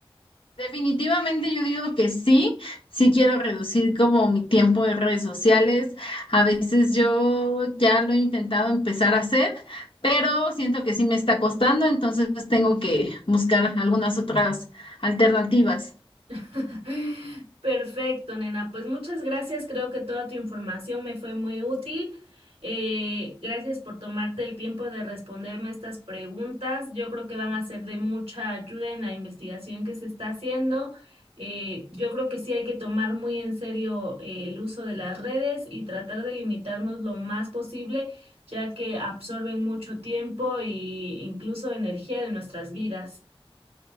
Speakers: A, on the left; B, on the right.
A: Definitivamente yo digo que sí, sí quiero reducir como mi tiempo en redes sociales. A veces yo ya lo he intentado empezar a hacer, pero siento que sí me está costando, entonces tengo que buscar algunas otras alternativas.
B: <laughs> Perfecto, nena. Pues muchas gracias. Creo que toda tu información me fue muy útil. Eh, gracias por tomarte el tiempo de responderme estas preguntas. Yo creo que van a ser de mucha ayuda en la investigación que se está haciendo. Eh, yo creo que sí hay que tomar muy en serio eh, el uso de las redes y tratar de limitarnos lo más posible, ya que absorben mucho tiempo e incluso energía de nuestras vidas.